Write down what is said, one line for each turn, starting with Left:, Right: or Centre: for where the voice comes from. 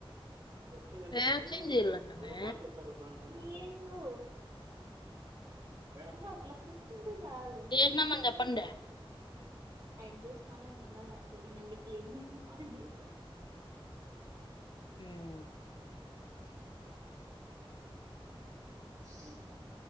Right: జేయను.
Left: ఏం క్లీన్ చేయాలంటనే
Right: అబ్బో బ్లాక్ కేస్తారు బా ఏందో నువ్వు అట్లా కూర్చుంటే సాలు
Left: చేసినామని
Right: నేన్ క్లీన్
Left: చెప్పండి
Right: పిచ్చి అయిన్ చూస్తానే ఉన్నాడ్ అడ్ దాగ్ మళ్ళీ క్లీన్ జేయ్ మన్నాడు.
Left: హుహ్
Right: సో